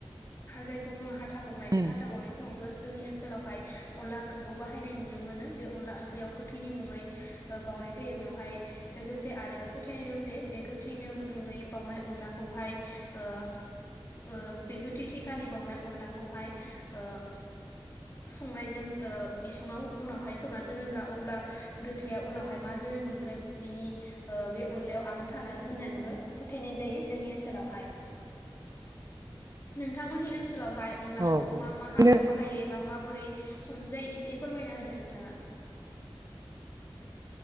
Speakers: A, on the left (about 30°); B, on the right (about 40°).
A: जायखौ बुङो हाथा बावनाय
B: उम
A: बे हाथा बावनाय समावबो जोंनि ओनसोलावहाय अनला ओंख्रिखौ बाहायनाय नुनो मोनो बे अनला ओंख्रियाव गोथैनि मुङै ओ बाउनाय जायो बेवहाय लोगोसे आरो फोथायनाय दं जे बे गोथैनो मुङै बाउनाय अनलाखौहाय ओ ओ बे गोथै थैखालि बाउनाय अनलाखौहाय ओ संग्रायजों ओ इसुङाव उनावहाय खोबना दोनोब्ला अब्ला गोथैया उनावहाय मा जोनोम मोनगोन बिनि ओ बे अनलायाव आगोन थालाङो होननानैबो फोथायनाय जायो जोंनि ओनसोलावहाय नोंथांमोननि ओनस सोलावहाय अनलाखौ
B: औ
A: मा मा हाबायावबो
B: बिदिनो
A: हायो एबा मा बोरै संनाय जायो एसे फोरमायना हो दे नोंथाङा